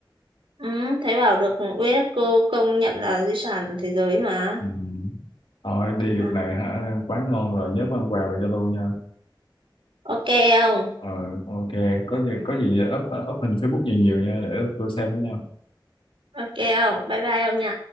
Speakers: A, on the right (about 85°); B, on the left (about 80°).
A: Ừ, thế bảo được UNESCO công nhận là di sản thế giới mà.
B: ừ. thôi đi được
A: Ừ.
B: này hả quá ngon rồi nhớ mang quà về cho tôi nha
A: Ok không?
B: ờ ok có
A: Ừ,
B: gì
A: ừ.
B: có gì up ờ, up hình Facebook nhiều nhiều nha để tôi xem với nhau
A: Ok không? Bye bye ông nhỉ?